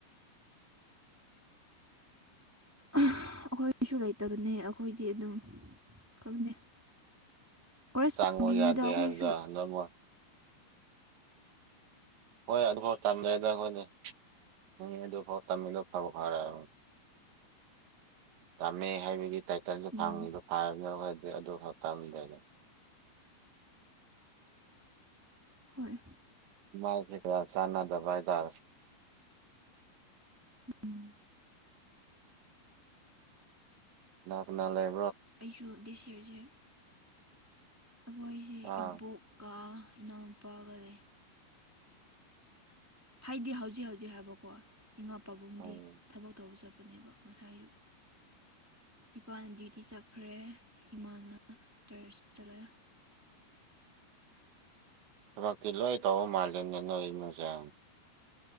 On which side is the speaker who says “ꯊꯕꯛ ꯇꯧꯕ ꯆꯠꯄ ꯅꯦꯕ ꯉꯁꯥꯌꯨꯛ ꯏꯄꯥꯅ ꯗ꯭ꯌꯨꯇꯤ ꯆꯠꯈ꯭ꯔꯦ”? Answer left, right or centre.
Centre